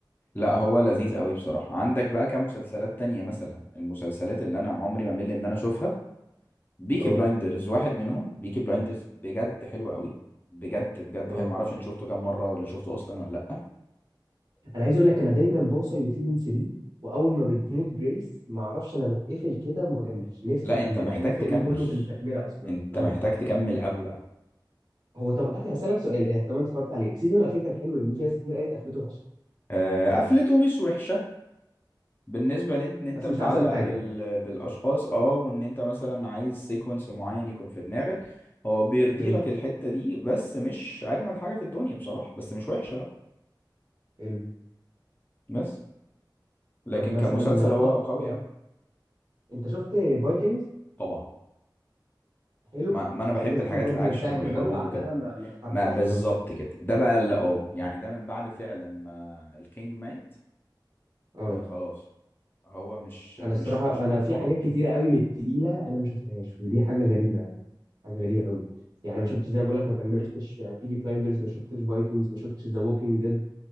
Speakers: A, on the left; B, on the right.
A: لا هو لذيذ قوي بصراحة عندك بقى كمسلسلات تانية مثلا المسلسلات اللي انا عمري ما مل ان انا اشوفها بيكي
B: اه
A: بلايندرز واحد منهم بيكي بلايندرز بجد حلو قوي بجد بجد
B: اه
A: حلو معرفش انت شفته كام مره ولا شفته اصلا ولا لا
B: انا عايز اقول لك انا دايما بوصل لسيزون 3 واول ما بتموت جريس ما اعرفش انا بتقفل كده وما بكملش نفسي
A: لا
B: اكمل
A: انت محتاج
B: مع ان التقل
A: تكمل
B: كله في التكمله اصلا
A: انت
B: اه
A: محتاج تكمل قوي بقى
B: هو طب قفل هسألك سؤال إيه طب أنت اتفرجت عليه السيزون الأخير كان حلو لأن في ناس كتير قالت قفلته هشة
A: آه، قفلته مش وحشه بالنسبه لان انت
B: بس
A: متعلق
B: مش أحسن حاجة
A: بال... بالاشخاص اه وان انت مثلا عايز سيكونس معين يكون في دماغك هو بيرضي
B: جميل
A: لك الحته دي بس مش اجمل حاجه في الدنيا بصراحه بس مش وحشه لا
B: حلو
A: بس لكن
B: طب مثلا
A: كمسلسل هو
B: آه
A: قوي
B: آه
A: قوي
B: أنت شفت فايكنجز
A: طبعا
B: حلو
A: ما, ما انا
B: بس
A: بحب
B: في ناس
A: الحاجات
B: كتير برضو
A: الاكشن
B: من ساعه
A: والحروب
B: ما مات بعدها
A: وكده
B: ما ما تحبش
A: ما بالظبط
B: اه
A: كده ده بقى اللي اه يعني ده من بعد فعلا ما الكينج مات
B: اه
A: آه خلاص هو مش مش
B: انا الصراحه
A: مش
B: انا
A: محتاج
B: في حاجات كتيره قوي من التقيله انا ما شفتهاش ودي حاجه غريبه يعني حاجه غريبه قوي يعني انا ما شفتش زي ما بقول لك ما كملتش بيكي بلايندرز ما شفتش فايكنجز ما شفتش ذا ووكينج ديد